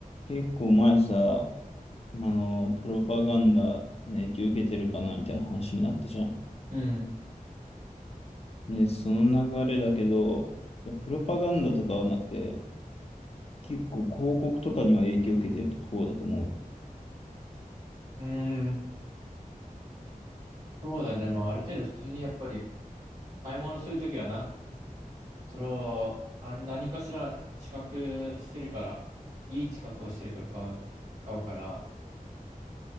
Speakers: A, on the left (about 45°); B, on the right (about 55°).
A: 結構前さ、あの、プロパガンダの影響受けてるかなみたいな話になったじゃん。
B: うん。
A: ね、その流れだけど、いやプロパガンダとかはなくて、結構広告とかには影響受けてる方だと思う。
B: うーん。そうだね。まあ、ある程度普通にやっぱり買い物するときはな、それを、あれ、何かしら知覚してるから、いい知覚をしてるから買うよ。買うから、